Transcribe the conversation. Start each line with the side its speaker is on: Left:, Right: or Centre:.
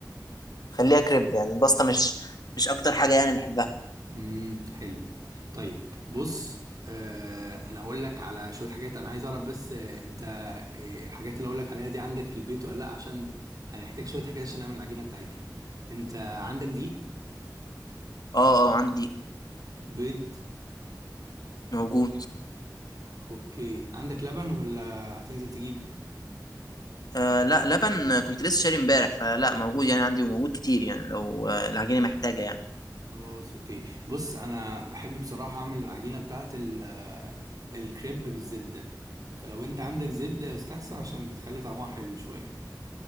Left: خليها كريب يعني الباستا مش مش اكتر حاجه يعني بحبها
Right: امم حلو طيب بص آه انا هقول لك على شويه حاجات انا عايز اعرف بس آه انت آه الحاجات اللي هقول لك عليها دي عندك في البيت ولا لا عشان هنحتاج شويه حاجات عشان نعمل العجينه بتاعتها انت عندك دقيق
Left: اه اه عندي
Right: بيض
Left: موجود
Right: اوكي عندك لبن ولا هتنزل تجيب
Left: آه لا لبن آه، كنت لسه شاري امبارح فلا موجود يعني عندي وموجود كتير يعني لو آه، العجينه محتاجه يعني
Right: خلاص اوكي بص انا بحب بصراحه اعمل العجينه بتاعه ال- آه، الكريب بالزبده فلو انت عندك زبده يستحسن عشان بتخلي طعمها حلو شويه